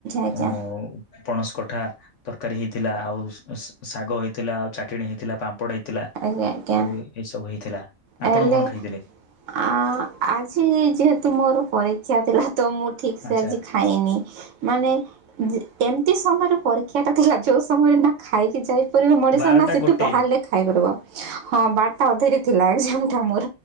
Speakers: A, on the right; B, on the left.
A: ଆଜ୍ଞା ଆଜ୍ଞା
B: ଓ ପଣସ କଠା ତରକାରୀ ହେଇଥିଲା ଆଉ ଶ ଶା ଶାଗ ହେଇଥିଲା ଆଉ ଚାଟେଣୀ ହେଇଥିଲା ପାମ୍ପ ଥିଲା
A: ଆଜ୍ଞା ଆଜ୍ଞା
B: ଆଉ ଏଇସବୁ ହେଇଥିଲା। ଆପଣ
A: ହେଲେ
B: କଣ ଖାଇଥିଲେ
A: ଆ ଆଜି ଯେହେତୁ ମୋର ପରୀକ୍ଷା ଥିଲା ତ ମୁଁ ଠିକ୍ ସେ
B: ଆଚ୍ଛା।
A: ଆଜି ଖାଏନି ମାନେ ଯେ ଏମିତି ସମୟରେ ପରୀକ୍ଷାଟା ଥିଲା ଯେଉଁ ସମୟରେ ନା ଖାଇକି ଯାଇ ପାରିବ ମଣିଷ
B: ବାରଟା
A: ନା ସେଠୁ
B: ଗୋଟେ
A: ବାହାରିଲେ ଖାଇପାରିବ। ହଁ ବାରଟା ଅଧେରେ ଥିଲା। ଝାମଠାକୁର୍